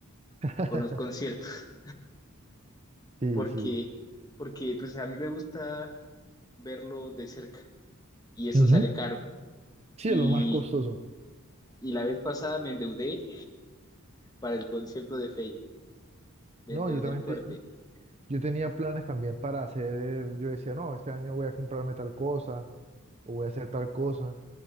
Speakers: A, on the right; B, on the left.
A: <laughs>
B: con los conciertos,
A: Sí,
B: porque,
A: sí.
B: porque pues a mí me gusta. verlo de cerca y eso
A: Ujú.
B: sale caro.
A: Sí,
B: Y,
A: es lo más costoso.
B: y la vez pasada me endeudé para el concierto de Faye, me
A: No,
B: endeudé
A: yo también
B: fuerte.
A: te- yo tenía planes también para hacer, yo decía, no, este año voy a comprarme tal cosa, o voy a hacer tal cosa.